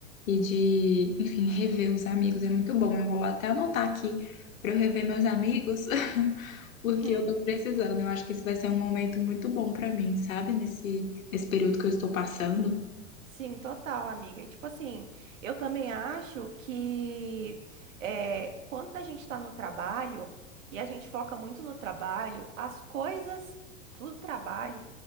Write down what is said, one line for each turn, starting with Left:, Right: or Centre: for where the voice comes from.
Left: e de, enfim, rever os amigos é muito bom. Eu vou até anotar aqui para eu rever meus amigos, <laughs> porque
Right: <laughs>
Left: eu tô precisando. Eu acho que esse vai ser um momento muito bom para mim, sabe? Nesse, nesse período que eu estou passando.
Right: Sim, total, amiga. E tipo assim, eu também acho que é, quando a gente está no trabalho e a gente foca muito no trabalho, as coisas do trabalho